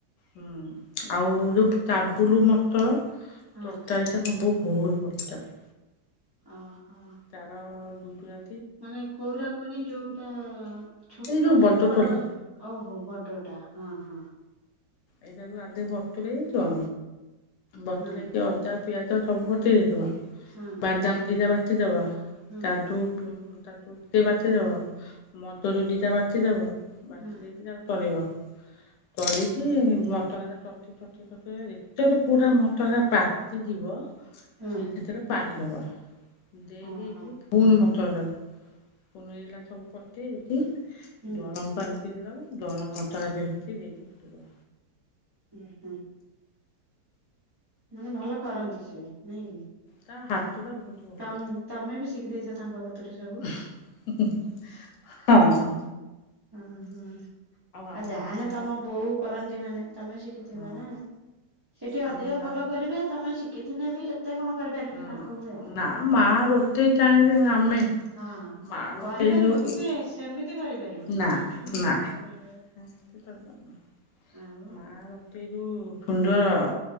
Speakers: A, on the left; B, on the right.
A: ହୁଁ,
B: ପିଠା
A: ଆଉ
B: ଟା
A: ଯୋଉ କାବୁଲୁ ମଟର,
B: ହଁ
A: ତରକାରୀ ଟା ମୋ ବୋଉ ବହୁତ <unintelligible>
B: ଅ ହଁ।
A: କାରଣ ଦୁଦୁରା
B: ମାନେ କଉରା କୁହନି? ଯୋଉ ତ ଛୋଟ
A: ଏଇ ଯୋଉ
B: ନା ବଡ?
A: ଛୋଲା
B: ଓହୋ ବଡ ଟା, ହଁ ହଁ।
A: ଏଇଟା କୁ ଆଗେ ବତୁରେଇ ଦେଇଥିବ, ବତୁରେଇକି
B: ହଁ
A: ଅଦା ପିଆଜ ସବୁ <unintelligible>
B: ହଁ।
A: ବାଦାମ ଦିଟା ବାଟି ଦବ,
B: ହଁ
A: ତା-ଠୁ ତାକୁ ବାଟିଦବ, ମଧୂରି ଦିଟା ବାଟିଦବ, ବାଟି
B: ହଁ
A: ଦେଇକି ତାପରେ ତରିବ। କରି ସେ ମଟର ଟା ଟଟି ଟଟି ତ ଏତେ ରେ ପୁରା ମଟରଟା ପାତିଯିବ
B: ହଁ
A: ସେ କ୍ଷେତ୍ରରେ ପାଣି ଦବ, ଦେଇ
B: ଓହୋ
A: ଦେଇକି ପୁଣି ମଟର ଦବ, ପୁଣି ଏଇରା ସବୁ କରିଦେଇକି,
B: ହୁଁ
A: ଜଳ ପାନି ଟିକେ ଦବ, ଗରମ ମସଲା ଦେଇକି, ଦେଇକି ଫୁଟେଇ ଦବ।
B: ହୁଁ ହୁଁ। ମାନେ ଭଲ କରନ୍ତି ସିଏ, ନାଇଁ କି?
A: ତା ହାତ ଟା ବହୁତ ଭଲ
B: ତମ-ତମେ ବି ଶିଖି ଦେଇଚ ତାଙ୍କ କତିରୁ ସବୁ?
A: ହୁଁ ହୁଁ ହୁଁ, ହଁ
B: ଓ ହଁ,
A: ଆମ
B: ଆଉ ଯାହାନେ
A: ଗାଁରେ
B: ତମ ବୋଉ କରନ୍ତି ମାନେ, ତମେ ଶିଖି ଥିବ
A: ହଁ
B: ନା, ସେ ଟିକେ
A: ଆମ
B: ଅଧିକ
A: ଗାଁ
B: ଭଲ କରିବେ, ତମେ ଶିଖି ଥିନେ ବି ଏତେ କଣ କରିପାରିବ? କି
A: ହଁ,
B: ତାଙ୍କ ଭଳିଆ?
A: ନା ମା ରୋଟେଇ କାଇଁ ରେ ଆମେ?
B: ହଁ,
A: ମା ରୋଷେଇ
B: କରିପାରିବ
A: ଯୋଉ
B: କିନ୍ତୁ ସେମିତି କରିପାରିବନି।
A: ନା
B: ସିଏ ଯେମିତି
A: ନା,
B: ଧର କରିବେ
A: ସେମିତି ତରିପାରିବୁନି,
B: ଆଉ
A: ମା ରୋଷେଇ ଯୋଉ ସୁନ୍ଦର?